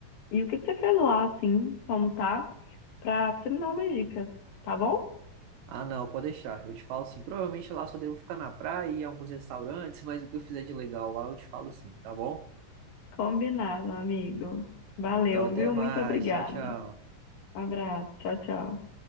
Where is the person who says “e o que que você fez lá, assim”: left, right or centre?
Left